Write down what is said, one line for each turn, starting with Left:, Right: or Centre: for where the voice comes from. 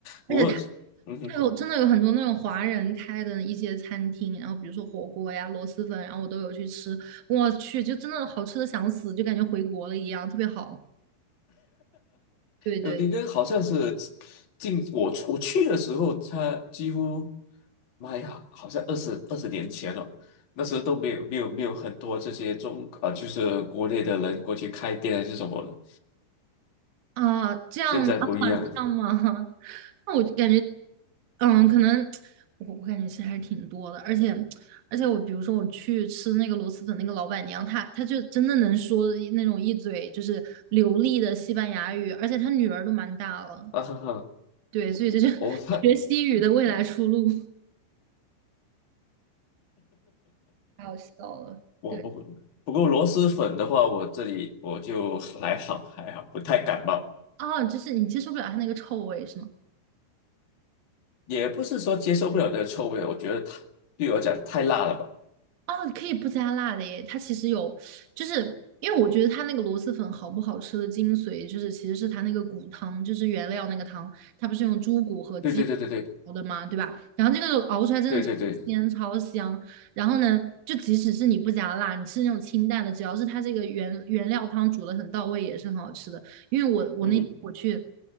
Left: 不过。
Right: 而且它
Left: 嗯哼
Right: 它有真的有很多那种华人开的一些餐厅，然后比如说火锅呀、螺蛳粉，然后我都有去吃。我去，就真的好吃的想死，就感觉回国了一样，特别好。对对
Left: 呃，应该好像是进我我去的时候，他几乎，妈呀，好像二十二十年前了，那时候都没有没有没有很多这些中啊、就是国内的人过去开店还是什么的，
Right: 啊，这样吗？
Left: 现在不一样了，
Right: <laughs> 啊，这样吗？<laughs> 那我感觉，嗯，可能我我感觉其实还是挺多的，而且而且我比如说我去吃那个螺蛳粉，那个老板娘她她就真的能说那种一嘴就是流利的西班牙语，而且她女儿都蛮大了，
Left: 啊哈哈，
Right: 对，所以这就是
Left: 我他
Right: <laughs> 学西语的未来出路，太好笑了。
Left: 我不
Right: 对，
Left: 不过螺蛳粉的话，我这里我就还好还好，不太感冒，
Right: 哦，就是你接受不了她那个臭味是吗？
Left: 也不是说接受不了那个臭味，我觉得太对我来讲太辣了吧，
Right: 哦，可以不加辣的耶。它其实有，就是因为我觉得它那个螺蛳粉好不好吃的精髓，就是其实是它那个骨汤，就是原料那个汤，它不是用猪骨和鸡
Left: 对对对对对
Right: 熬的嘛，对吧？然后这个熬出来真的超鲜超香。
Left: 对对对，
Right: 然后呢，就即使是你不加辣，你吃那种清淡的，只要是它这个原原料汤煮的很到位，也是很好吃的。因为我我那天我去。
Left: 嗯。